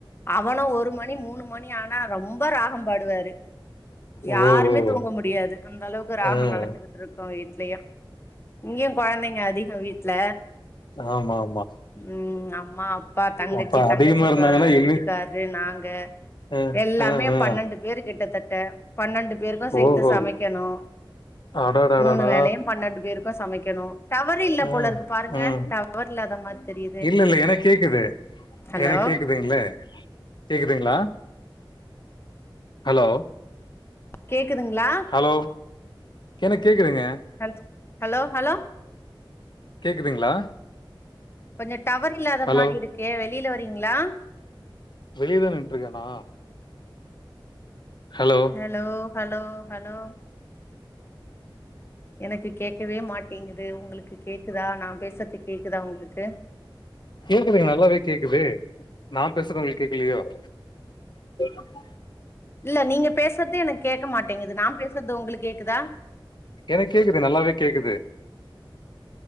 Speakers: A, on the left; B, on the left.
A: அவனு ஒரு மணி மூணு மணி ஆனா ரொம்ப ராகோ பாடுவாரு யாருமே
B: ஓ ஓ
A: தூங்க முடியாது அந்த அளவுக்கு ராகோ
B: ஆ
A: நடந்துகிட்டு இருக்கு வீட்லயு இங்கயு கொழந்தைங்க அதிகோ வீட்ல
B: ஆமா ஆமா
A: ம் அம்மா அப்பா தங்கச்சி
B: அப்ப அதிகமா
A: தங்கச்சி இப்ப
B: இருந்தாங்கன்னா இன்னு
A: வீ ட்டுகாரு நாங்க
B: அ
A: எல்லாமே
B: அ அ
A: பன்னெண்டு பேர் கிட்டத்தட்ட பன்னெண்டு பேருக்கு சேத்து
B: ஓஹோ
A: சமைக்கணு
B: அடடடடா
A: மூணு வேலையு பன்னெண்டு பேருக்கு சமைக்கணு டவர் இல்ல
B: அ
A: போல இருக்கு பாருங்க
B: ம்
A: டவர் டவர் இல்லாத மாரி தெரியுது
B: இல்ல இல்ல எனக்கு கேக்குது
A: ஹலோ
B: எனக் கேக்குதுங்ளே கேக்குதுங்களா ஹலோ
A: கேட்குதுங்களா
B: ஹலோ எனக்கு கேக்குதுங்க
A: ஹல் ஹலோ ஹலோ
B: கேக்குதுங்களா
A: கொஞ்ச டவர் இல்லாத
B: ஹலோ
A: மாரி இருக்கு வெளியில வரீங்களா
B: வெளியதா நின்னுட்டு இருக்கே நா ஹலோ
A: ஹலோ ஹலோ ஹலோ எனக்கு கேக்கவே மாட்டேங்குது உங்களுக்கு கேக்குதா நா பேசுறது கேக்குதா உங்களுக்கு
B: கேக்குதுங்க நல்லாவே கேக்குது நான் பேசுறது உங்களுக்கு கேக்கலையா ஆ <unintelligible>
A: இல்ல நீங்க பேசுறத எனக்கு கேட்க மாட்டேங்குது நா பேசுறது உங்களுக்கு கேக்குதா
B: எனக்கு கேக்குது நல்லாவே கேக்குது